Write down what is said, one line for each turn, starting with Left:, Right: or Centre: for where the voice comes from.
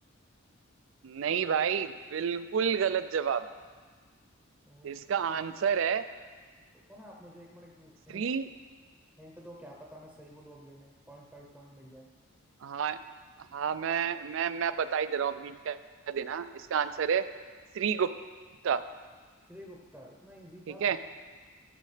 Right: नहीं भाई बिल्कुल गलत जवाब
Centre: ओ
Right: इसका आंसर है
Centre: रुको ना आप मुझे एक मिनट
Right: श्री
Centre: हिंट हिंट दो क्या पता मैं सही बोलूं अगले में पॉइंट फाइव पॉइंट मिल जाए
Right: हाँ हाँ मैं मैं मैं बता ही दे रहा हूँ हिंट क्या देना इसका आंसर है श्री गुप्ता
Centre: श्री गुप्ता इतना इजी
Right: ठीक
Centre: था
Right: है